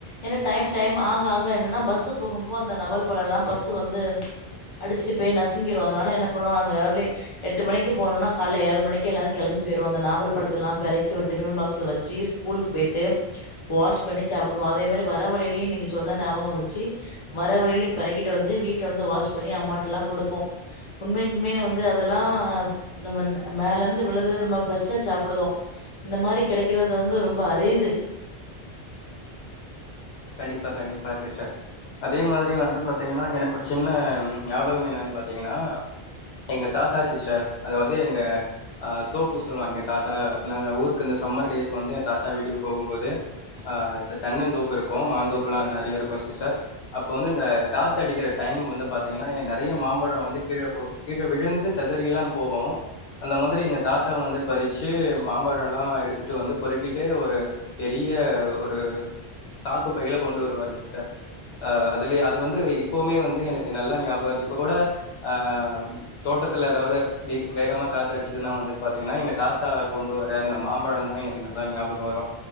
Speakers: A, on the left; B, on the left.
A: ஏனா டைம் டைம் ஆக ஆக என்னன்னா பஸ் போகும்போ அந்த நவல் பழல்லா பஸ்சு வந்து அடிச்சுட்டு போய் நசிக் துங்கிருவோ அதனால என்ன பண்ணுவ அங்க ஏர்லி எட்டு மணிக்கு போனோனா கால்ல ஏழு மணிக்கு எல்லாரு கெளம்பி போயிருவாங்க நாவல் பழத்தலா பெறக்கி ஒரு டிப்பன் பாக்ஸ்ல வச்சு ஸ்கூலுக்கு போயிட்டு வாஷ் பண்ணி சாப்டுவோ அதே மாரி வர வழிலயு நீங்க சொன்ன ஞாபக வந்துச்சு வர வழிலயு பெறக்கிட்டு வந்து வீட்ல வந்து வாஷ் பண்ணி அம்மாட்லா குடுப்போ உண்மைக்குமே வந்து அதெல்லா நம்ம மேல இருந்து விழுது நம்ம ஃப்ரெஷ்ஷா சாப்பிடுதோ இந்த மாரி கெடைக்கிறது வந்து ரொம்ப அரிது
B: கண்டிப்பா கண்டிப்பா சிஸ்டர் அதே மாதிரி வந்து பாத்தீங்கனா எனக்கு ஒரு சின்ன ஞாபகம் என்னன் பாத்தீங்கனா எங்க தாத்தா சிஸ்டர் அதாவ்து எங்க அஹ் தோப்பு சொல்லுவாங்க தாத்தா நாங்க ஊருக்கு இந்த சம்மர் டேஸ் வந்து எ தாத்தா வீட்டுக்கு போகும்போது ஆஹ் தென்னந்தோப்பு இருக் இப்போ மாந்தோப்புலா நெறைய இருக்கு சிஸ்டர் அப்போ வந்து இந்த காத்தடிக்கிற டைம் வந்து பாத்தீங்கனா மாம்பழ வந்து கீழ கொட் கீழ விழுந்து செதறியெல்லா போகு அந்த மாதிரி எங்க தாத்தா வந்து பறிச்சு மாம்பழலா எடுத்துட்டு வந்து பொறுக்கிட்டு ஒரு பெரிய ஒரு சாக்கு பையில கொண்டு வருவாரு சிஸ்டர் அஹ் அதுலே அது வந்து இப்பவுமே வந்து எனக்கு நல்லா ஞாபக இருக்கு இப்ப கூட ஆஹ் தோட்டத்துல எதாவ்து வேக் வேகமா காத்தடிச்சுதுனா வந்து பாத்தீங்கனா எங்க தாத்தா கொண்டு வர அந்த மாம்பழந்தா எனக்கு நல்லா ஞாபக வரு